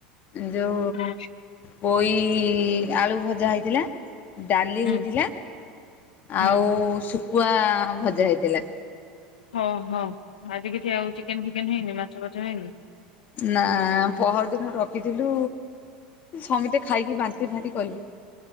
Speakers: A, on the left (about 45°); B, on the left (about 80°).
A: ଯଉ
B: ହୁଁ
A: ପୋଇ ଆଳୁ ଭଜା ହେଇଥିଲା ଡାଲି
B: ହୁଁ
A: ହେଇଥିଲା
B: ହୁଁ
A: ଆଉ ସେ ପୁଆ ଭଜା ହେଇଥିଲା।
B: ହଁ ହଁ ଆଜି କିଛି ଆଉ ଚିକେନ ଫିକେନ ହେଇନି ମାଛ ଫାଛ ହେଇନି।
A: ନା ପହରଦିନ ରଖିଥିଲୁ ସମୀତେ ଖାଇକି ବାନ୍ତି ଫାନ୍ତି କହିବ।